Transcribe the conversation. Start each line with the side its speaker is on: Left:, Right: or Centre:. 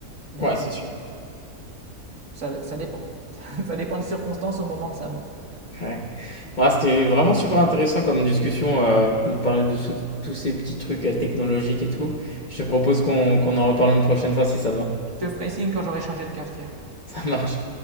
Right: Mais
Left: Ouais, c'est sûr.
Right: ça, ça dépend. <laughs> Ça dépend des circonstances au moment de sa mort.
Left: Ouais. Bon, c'était vraiment super intéressant comme discussion, euh, de parler de sous- tous ces petits trucs euh, technologiques et tout. Je te propose qu'on qu'on en reparle une prochaine fois si ça te va.
Right: Je te ferai signe quand j'aurai changé de cafetière.
Left: <laughs> Ça marche.